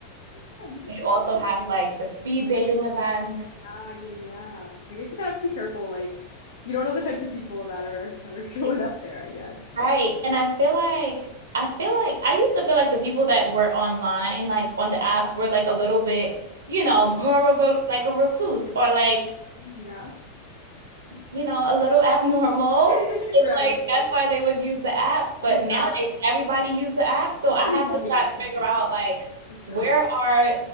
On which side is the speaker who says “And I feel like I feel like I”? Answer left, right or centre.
Right